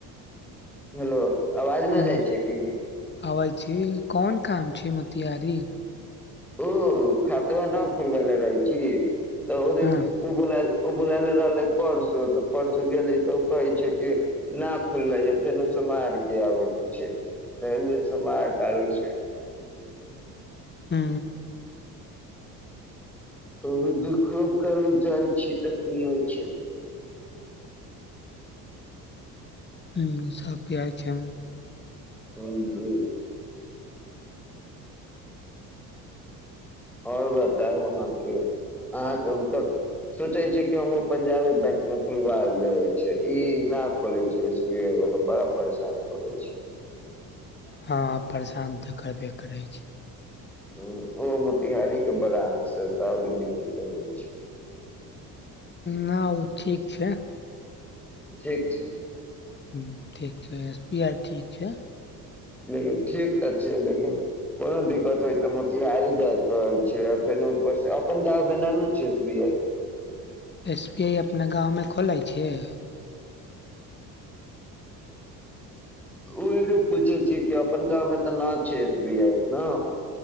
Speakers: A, in the centre; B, on the left.
A: हेलो। आवाज न
B: कोनो
A: जाइ छै की
B: आबै छै कोन काम प छै मतिआरीी।
A: ओ खात बाद खल बल रहै छै। तऽ ओदिन
B: हँ
A: ओ बोल ओ बुलले रहले परसो तऽ परसो गेली तऽ ओ कहे छै के ना खुलले ह फेन समहार के आबे छै त समहार कालू छै।
B: हू।
A: त देख काल चाह छी त की होइ छै।
B: ह मस प छै।
A: ह जी। आओर बताउ अहाँके अहाँके तऽ सोचै छै कि हमूँ पंजाबे बैंक मे खोलबा ले छै ई नहि खोले छै एस बी आई वाला बड़ा परेशान करै छै।
B: हँ परेशान तऽ करबे करै छै।
A: ह ओ मोतिहारी के बड़ंसँओरी बत होइ छै।
B: ह आ ओ ठीक छै।
A: ठीक छै।
B: ह ठीक छै एस पी आइ ठीक छै।
A: लेकिन ठीक तऽ छै लेकिन कोनो दिक्कत होइ तऽ मोतिहारी जायके रहै छै फेर ऊपरसँ अपन गाँवमे नानू छैी आ।
B: एस बी आइ अपना गाँवमे खोलै छियै।
A: ओरो पूछै छ कि अपन गाँव मे तऽ ना छै एस बी आई ने।